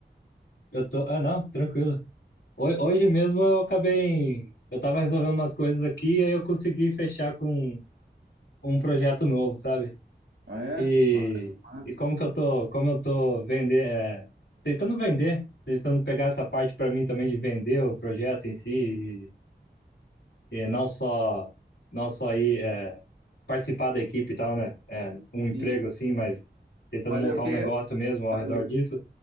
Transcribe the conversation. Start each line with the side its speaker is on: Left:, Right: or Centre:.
Left: eu tô, ah, não, tranquilo. Ho- Hoje mesmo eu acabei, eu tava resolvendo umas coisas aqui e aí eu consegui fechar com um projeto novo, sabe?
Right: Ah, é?
Left: E,
Right: Mas, mas-
Left: e como que eu tô, como eu tô vender, é, tentando vender, tentando pegar essa parte pra mim também de vender o projeto em si e não só não só ir é, participar da equipe e tal, né? É, um emprego
Right: sim.
Left: assim, mas tentando
Right: Mas
Left: montar
Right: é o quê?
Left: um negócio mesmo ao
Right: Apli-
Left: redor disso.